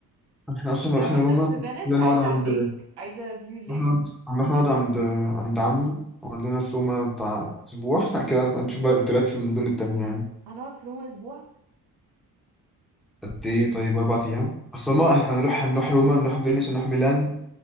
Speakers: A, in the centre; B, on the right.
A: يعني احنا اصلا
B: ولو
A: لو رحنا
B: مثلا
A: روما
B: في فينيس
A: كده
B: عايزه
A: نقعد عند
B: على الليك عايزه فيو الليك
A: رحنا نقعد رحنا نقعد عند عند عمي قعد لنا في روما بتاع اسبوع <laughs> كده نبقى نشوف بقى الاوتيلات في المدن التانية يعني
B: هنقعد في روما اسبوع
A: قد ايه طيب اربع ايام اصلا ما احنا هنروح هنروح روما نروح فينيس نروح ميلان